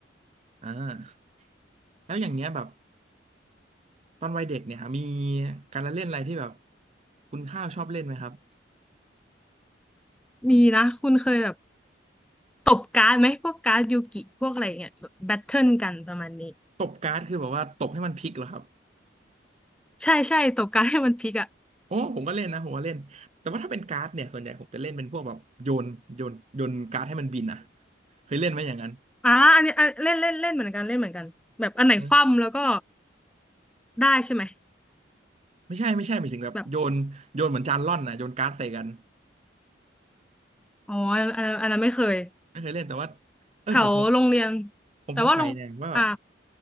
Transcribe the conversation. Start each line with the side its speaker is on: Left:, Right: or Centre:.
Right: อ่าแล้วอย่างเงี้ยแบบตอนวัยเด็กเนี่ยมีการละเล่นอะไรที่แบบคุณข้าวชอบเล่นไหมครับ
Centre: มีนะคุณเคยแบบ ตบการ์ดไหมพวกการ์ดยูกิพวกอะไรเงี้ยแบบแบทเทิลกันประมาณนี้
Right: ตบการ์ดคือแบบว่าตบให้มันพลิกเหรอครับ
Centre: ใช่ใช่ตบการ์ดให้มันพลิกอ่ะ
Right: โอ้ผมก็เล่นนะผมก็เล่นแต่ว่าถ้าเป็นการ์ดเนี่ยส่วนใหญ่ผมจะเล่นเป็นพวกแบบโยนโยนโยนการ์ดให้มันบินอ่ะเคยเล่นไหมอย่างนั้น
Centre: อ่าอันนี้อันเล่นเล่นเล่นเหมือนกันเล่นเหมือนกันแบบอันไหนคว่ำแล้วก็
Right: เออ
Centre: ได้ใช่ไหม
Right: ไม่ใช่ไม่ใช่หมายถึงแบบโยนโยนเหมือนจานร่อนนะโยนการ์ดใส่กัน
Centre: แบบอ๋ออันอันอันนั้นไม่เคย
Right: ไม่เคยเล่นแต่ว่าเออผม
Centre: แถวโรงเรียน
Right: ผมสงสัยเนี่ยว่าแบบ
Centre: แต่ว่าโรงอ่า